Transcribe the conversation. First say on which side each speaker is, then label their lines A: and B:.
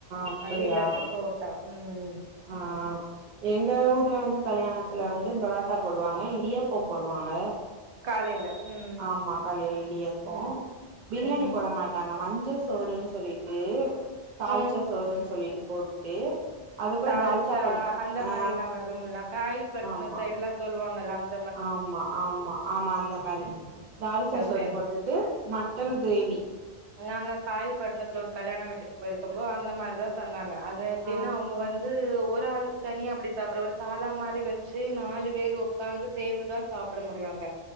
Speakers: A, on the right (about 55°); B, on the right (about 70°).
A: அப்படியா
B: அது இல்லாட்டா ப்ரோட்டா ம்
A: ஆ ஆ எங்க ஊர்ல வந்து கல்யாணத்துல வந்து பரோட்டா போடுவாங்க இடியாப்பம் போடுவாங்க.
B: காலைல ம்
A: ஆமா காலைல இடியாப்போ
B: ம்
A: பிரியாணி
B: ம்
A: போட மாட் டாங்க மஞ்ச சோறுன்னு சொல்லிட்டு தாள்ச்சா
B: ம்
A: சோறுன்னு சொல்லிட்டு போட்டு அது கூட
B: தாள்ச்சா
A: தால்ச்சா பண்
B: அந்த
A: ஆ
B: மாரி எல்லா வரமுல்ல காயில்பட்னோ
A: ஆமா
B: சைட் எல்லா சொல்லுவாங்கல்ல அந்
A: ஆமா ஆமா ஆமா அந்த மாரி தாள்ச்சா
B: ஓகே
A: சோறு
B: ஓகே
A: போட்டுட்டு மட்டன் க்ரேவி
B: நாங்க காயல்பட்ணத்துல ஒரு கல்யாண வீட்டுக்கு போய்ருக்கப்போ அந்த மாரிதா தந்தாங்க அது எப்பிடின்னா
A: ஆ
B: அவுங்க வந் து ஒரு ஆளுக்கு தனியா அப்பிடி சாப்பட ஒரு தால மாரி வெச்சு நாலு பேரு ஒக்காந்து சேந்துதா சாப்பட முடியு அங்க